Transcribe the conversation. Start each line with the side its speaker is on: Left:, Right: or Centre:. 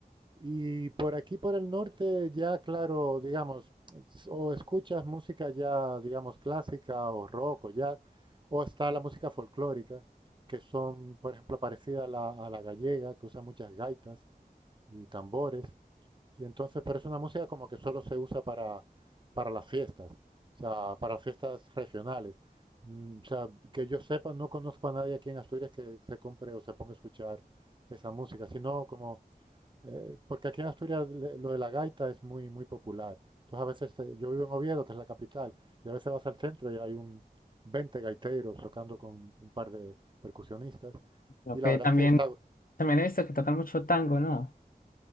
Right: Y por aquí, por el norte, ya, claro, digamos, s- o escuchas música ya, digamos, clásica o rock o jazz, o está la música folclórica, que son, por ejemplo, parecida a la, a la gallega, que usa muchas gaitas y tambores. Y entonces, pero es una música como que solo se usa para, para las fiestas, o sea, para fiestas regionales. Mm, O sea, que yo sepa, no conozco a nadie aquí en Asturias que se compre o se ponga a escuchar esa música, sino como, eh, porque aquí en Asturias le- lo de la gaita es muy, muy popular. Entonces a veces, eh, yo vivo en Oviedo, que es la capital, y a veces vas al centro y hay un 20 gaiteros tocando con un par de percusionistas,
Left: Ok,
Right: y la verdad
Left: también,
Right: es que está...
Left: también he visto que tocan mucho tango, ¿no?